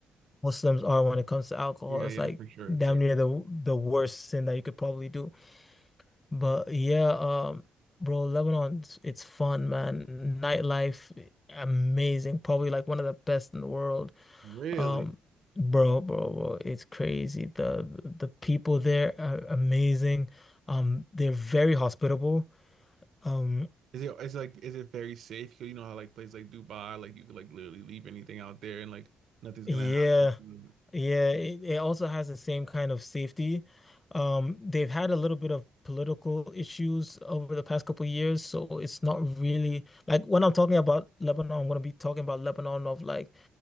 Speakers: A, on the left; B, on the right.
A: Muslims are when it comes to alcohol.
B: Yeah.
A: It's
B: Yeah.
A: like
B: For sure. It's
A: damn
B: like
A: near the the worst sin that you could probably do. But yeah, um Bro, Lebanon, it's it's fun, man. Nightlife, amazing. Probably like one of the best in the world.
B: really.
A: Um, bro, bro, bro, it's crazy. The the people there are amazing. Um, they're very hospitable. Um,
B: Is it? It's like. Is it very safe? 'Cause you know how like places like Dubai, like you could like literally leave anything out there and like nothing's
A: yeah,
B: gonna happen.
A: yeah. It, it also has the same kind of safety. Um, they've had a little bit of political issues over the past couple of years, so it's not really like when I'm talking about Lebanon, I'm gonna be talking about Lebanon of like